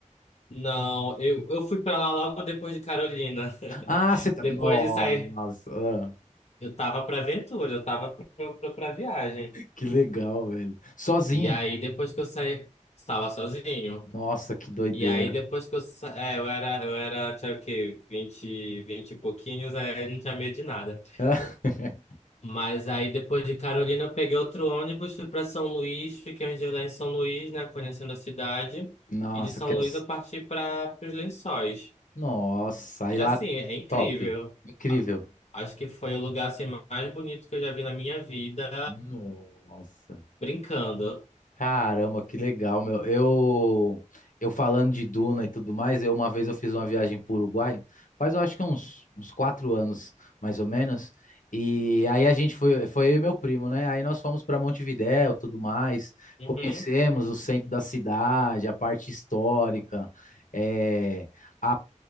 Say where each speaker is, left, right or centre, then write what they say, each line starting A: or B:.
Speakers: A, on the left; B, on the left.
A: Não, eu, eu fui pra lá logo depois de Carolina.
B: Ah,
A: <laughs>
B: você tá.
A: Depois
B: Nossa,
A: de sair,
B: ah,
A: eu tava pra aventura, eu tava pra, pra, pra viagem.
B: que legal, velho. Sozinho?
A: E aí, depois que eu saí, estava sozinho.
B: Nossa, que doideira.
A: E aí depois que eu, sa- é, eu era, eu era, tinha o quê? vinte 20 e pouquinhos, aí eu não tinha medo de nada.
B: <laughs>
A: Mas aí depois de Carolina eu peguei outro ônibus, fui para São Luís, fiquei uns dias lá em São Luís, né, conhecendo a cidade.
B: Nossa,
A: E de São
B: que é
A: Luís
B: o...
A: eu parti para os Lençóis.
B: Nossa, aí
A: E
B: lá,
A: assim, é incrível.
B: top. Incrível.
A: Acho que foi o lugar assim, mais bonito que eu já vi na minha vida,
B: Nossa.
A: brincando.
B: Caramba, que legal, meu. Eu, eu falando de Duna e tudo mais, eu uma vez eu fiz uma viagem para o Uruguai, faz eu acho que uns, uns quatro anos, mais ou menos. E aí a gente foi, foi eu e meu primo, né? Aí nós fomos para Montevidéu, tudo mais,
A: Uhum.
B: conhecemos o centro da cidade, a parte histórica, é, a,